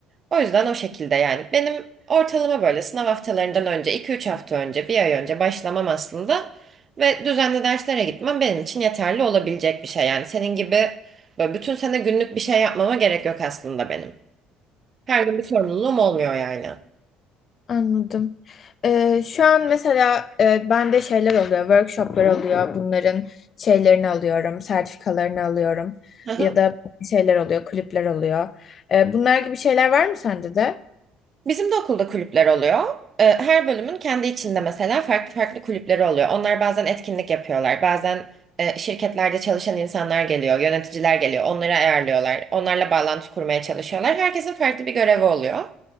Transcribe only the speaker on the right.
O yüzden o şekilde yani. Benim ortalama böyle sınav haftalarından önce, iki üç hafta önce, bir ay önce başlamam aslında. Ve düzenli derslere gitmem benim için yeterli olabilecek bir şey. Yani senin gibi böyle bütün sene günlük bir şey yapmama gerek yok aslında benim. Her gün bir sorumluluğum olmuyor yani.
<laughs>
Bizim de okulda kulüpler oluyor. Ee, Her bölümün kendi içinde mesela farklı farklı kulüpleri oluyor. Onlar bazen etkinlik yapıyorlar. Bazen e, şirketlerde çalışan insanlar geliyor, yöneticiler geliyor. Onları ayarlıyorlar. Onlarla bağlantı kurmaya çalışıyorlar. Herkesin farklı bir görevi oluyor.